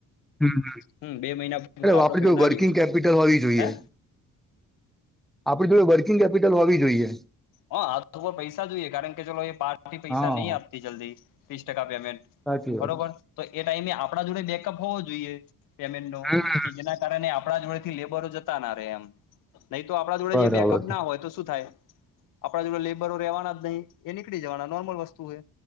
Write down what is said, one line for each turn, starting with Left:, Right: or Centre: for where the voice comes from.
Centre: હમ્મ-હમ્મ.
Left: હમ બે મહિના પૂરતા
Centre: એટલે
Left: આપડે
Centre: આપણી
Left: પૈસા
Centre: જો
Left: નાખીએ
Centre: વર્કિંગ કેપિટલ હોવી જોઈએ.
Left: હે
Centre: આપણે જોડે વર્કિંગ કેપિટલ હોવી જોઈએ.
Left: હા. હાથમાં પૈસા જોઈએ કારણ કે ચલો એ પાર્ટી પૈસા
Centre: હા
Left: નહીં આપતી જલ્દી, ત્રીસ ટકા પેમેન્ટ
Centre: સાચી વાત
Left: બરોબર? તો એ ટાઈમે આપણા જોડે બેકઅપ હોવો જોઈએ પેમેન્ટ નો,
Centre: હમ
Left: કે જેના કારણે આપણા જોડે થી લેબરો જતા ના રહે એમ. નહીં તો આપણા જોડે
Centre: બરાબર
Left: જે બેકઅપ ના હોય તો શું થાય આપડા જોડ લેબરો રેવાના જ નહી એ નીકળી જવાના નોર્મલ વસ્તુ હે.